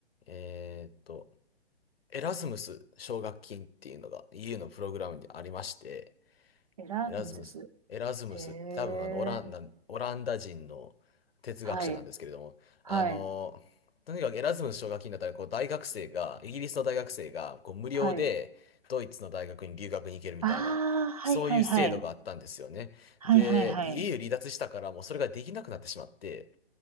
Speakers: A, on the left; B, on the right.
A: えーっと、エラズムス奨学金っていうのが EU のプログラムにありまして、
B: エラムズス。
A: エラズムス、エラズムスって多分あのオランダ、
B: へえ。
A: オランダ人の哲学者なんですけれども、
B: はい。はい。
A: あの、とにかくエラズムス奨学金だったらこう大学生が、イギリスの大学生がこう無料でドイツの大学に留学に行けるみたいな、
B: はい。ああ、はいはいはい。
A: そういう制度があったんですよね。
B: はいはいはい。
A: で、EU 離脱したからもうそれができなくなってしまって、